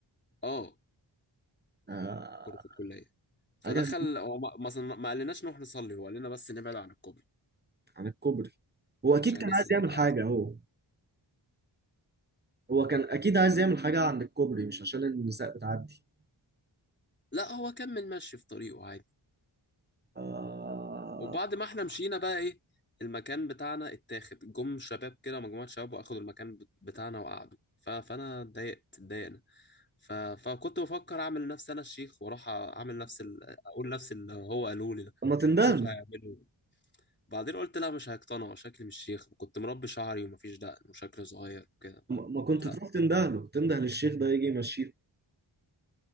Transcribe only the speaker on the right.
آه...
حاجة
عن الكوبري هو اكيد
كان
عايز
يعمل
حاجة هو هو كان اكيد عايز يعمل حاجة عند الكوبري مش عشان النساء بتعدي
آه...
طب ما تندهله
ما ما كنت
تروح تندهله تندهل الشيخ ده يجي يمشيه